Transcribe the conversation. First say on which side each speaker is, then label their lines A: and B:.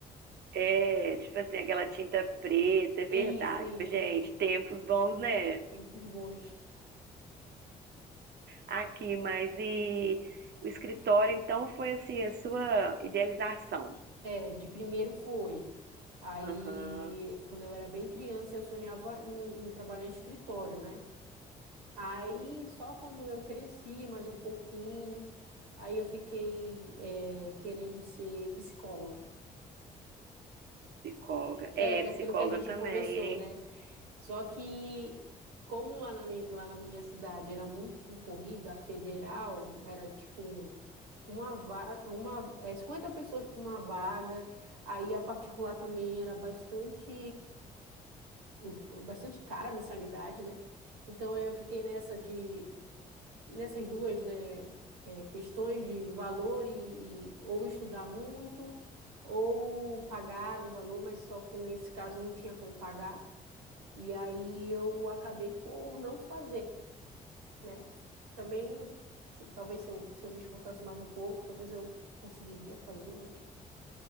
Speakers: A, on the right (about 65°); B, on the right (about 85°).
A: É, tipo assim, aquela tinta preta, é verdade.
B: Isso, isso,
A: Gente,
B: isso.
A: tempos bons, né?
B: Tempos bons.
A: Aqui, mas e o escritório, então, foi assim, a sua idealização.
B: É, de primeiro foi. Aí,
A: Aham,
B: quando eu era bem criança, eu sonhava em, em trabalhar em escritório, né? Aí, só quando eu cresci mais um pouquinho, aí eu fiquei, é, querendo ser psicóloga.
A: psicóloga.
B: É,
A: É,
B: que
A: psicóloga
B: é aquilo que a gente
A: também,
B: conversou,
A: hein?
B: né? Só que, como lá na, mi- lá na minha cidade era muito concorrida, a federal, era tipo uma vaga, uma, é, 50 pessoas para uma vaga. Aí a particular também era bastante, o- o- bastante cara a mensalidade, né? Então eu fiquei nessa de, nessas duas, né, é, questões de valor e, e ou estudar muito ou pagar um valor, mas só que nesse caso eu não tinha como pagar. E aí eu acabei por não fazer né? Também, se- talvez se eu, se eu me esforçasse mais um pouco, talvez eu conseguiria fazer, mas